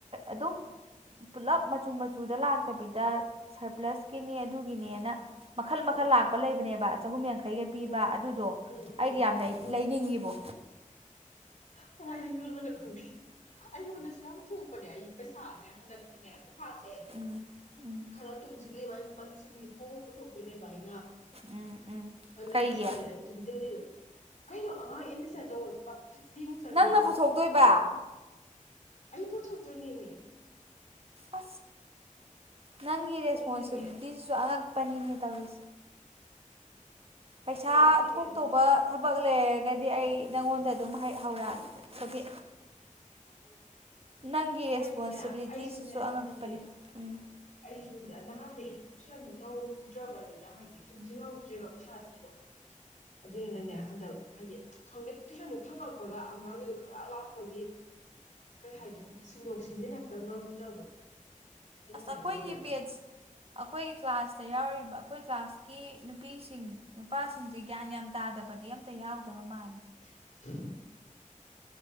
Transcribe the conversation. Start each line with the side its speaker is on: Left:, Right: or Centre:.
Right: ꯑꯗꯨꯝ ꯄꯨꯜꯂꯞ ꯃꯆꯨ ꯃꯆꯨꯗ ꯂꯥꯛꯇꯕꯤꯗ ꯁꯔꯄ꯭ꯂꯁꯀꯤꯅꯤ ꯑꯗꯨꯒꯤꯅꯦꯅ ꯃꯈꯜ ꯃꯈꯜ
Left: ꯎꯝ
Right: ꯂꯥꯛꯄ ꯂꯩꯕꯅꯦꯕ ꯆꯍꯨꯝ ꯌꯥꯡꯈꯩꯒ ꯄꯤꯕ
Left: ꯎꯝ
Right: ꯑꯗꯨꯗꯣ
Left: ꯎꯝ
Right: ꯑꯩꯗꯤ
Left: ꯎꯝ ꯎꯝ
Right: ꯌꯥꯝ
Left: ꯎꯝ
Right: ꯂꯩꯅꯤꯡꯉꯤꯕꯣ
Left: ꯀꯗꯥꯏꯗ ꯌꯣꯟꯕꯅꯣ ꯈꯪꯗꯦ ꯑꯩꯉꯣꯟꯗꯁꯨ ꯌꯥꯝ ꯊꯣꯛꯄꯅꯦ ꯑꯩ ꯄꯩꯁꯥꯅꯦ ꯍꯟꯗꯛꯇꯤꯅꯦ ꯄꯩꯁꯥꯁꯦ
Right: ꯎꯝ ꯎꯝ
Left: ꯈꯔ ꯇꯨꯡꯁꯤꯜꯂꯦꯕ ꯑꯩ ꯂꯨꯄꯥ ꯂꯤꯁꯤꯡ ꯅꯤꯐꯨꯃꯨꯛꯄꯗꯣ ꯇ ꯥꯏ
Right: ꯎꯝ ꯎꯝ
Left: ꯑꯟꯅ
Right: ꯀꯩꯒꯤ
Left: ꯄꯩꯁꯥꯖꯦ ꯇꯨꯡꯁꯤꯜꯂꯤꯕ ꯀꯩꯅꯣ ꯑꯉꯥꯡ ꯑꯦꯠꯃꯤꯁꯟ ꯇꯧ ꯂꯨꯄꯥ ꯆꯦꯃꯨꯛ ꯆꯪꯉꯦꯕ
Right: ꯅꯪꯅ ꯄꯨꯊꯣꯛꯇꯣꯏꯕ
Left: ꯏꯕꯨꯣꯛ ꯑꯩ ꯄꯨꯊꯣꯛꯇꯣꯏꯅꯦꯅꯦ
Right: ꯑ ꯅꯪꯒꯤ ꯔꯦꯁꯄꯣꯟꯁꯕꯜꯇꯤꯁꯤ
Left: ꯑꯗꯨꯏꯅꯦꯃꯤ ꯑꯩ
Right: ꯁ ꯑꯜꯒ ꯄꯟ ꯇꯧꯏ ꯄꯩꯁꯥ
Left: ꯑꯗꯨꯏꯅꯦꯃꯤ
Right: ꯊꯣꯛꯇꯧꯕ
Left: ꯃꯊꯥ
Right: ꯊꯕꯛ
Left: ꯁꯥꯔꯤꯁꯦ
Right: ꯂꯩꯔꯒ ꯗꯤ ꯑꯩ ꯅꯪꯉꯣꯟꯗ ꯑꯗꯨꯝ ꯍꯥꯏ ꯍꯧꯔꯥ ꯁ‌ꯣꯕꯤ ꯅꯪꯒꯤ ꯔꯦꯁꯄꯣꯟ
Left: ꯍꯥꯏꯗꯤꯅꯦ
Right: ꯁꯤꯕꯤꯂꯤꯇꯤꯁꯤꯁꯨ
Left: ꯑꯩꯁꯨꯅꯦ
Right: ꯑꯉꯛꯄꯅꯦ
Left: ꯍꯥꯏꯗꯤ
Right: ꯎꯝ
Left: ꯑꯩꯁꯨ ꯅꯍꯥꯟꯗꯩ ꯁꯨꯌꯥꯝꯅ ꯇꯧꯗ꯭ꯔꯕꯅꯤꯗ ꯍꯥꯏꯗꯤ ꯇꯨꯡꯁꯤꯟ ꯍꯧꯗ꯭ꯔꯦꯕ ꯄꯩꯁꯥꯗꯨꯁꯨ ꯑꯗꯨꯏꯅꯅꯦ ꯍꯟꯗꯛ ꯍꯥꯏꯗꯤ ꯈꯪꯗꯦ ꯇꯨꯏꯁꯟꯗꯨ ꯐꯪꯪꯂꯛꯄꯒ ꯑꯉꯥꯡꯒꯤꯗꯨ ꯈꯪꯂ ꯂꯥꯛꯄꯒꯤ ꯀꯩ ꯍꯥꯏꯗꯣꯏꯅꯣ ꯁꯤꯟꯗꯣꯛ ꯁꯤꯟꯖꯤꯟ ꯑꯝꯇꯥ ꯉꯝꯗ꯭ꯔꯕꯗꯣ ꯑꯗꯨꯃꯥꯏꯟ
Right: ꯑꯁ ꯑꯩꯈꯣꯏꯒꯤ
Left: ꯇꯧꯔꯦꯕꯥ
Right: ꯕꯦꯠꯁ ꯑꯩꯈꯣꯏꯒꯤ ꯀ꯭ꯂꯥꯁꯇ ꯌꯥꯎꯔꯤꯕ ꯑꯩꯈꯣꯏ ꯀ꯭ꯂꯥꯁ ꯀ‌ꯦ ꯅꯨꯄꯤꯁꯤꯡ ꯅꯨꯄꯥꯁꯤꯡꯖ‌ꯦ ꯒ꯭ꯌꯥꯟ ꯌꯥꯝ ꯇꯥꯗꯕꯗꯤ ꯑꯝꯇꯥ ꯌꯥꯎꯗꯕꯥ ꯃꯥꯜꯂꯤꯗ
Left: <inaudible>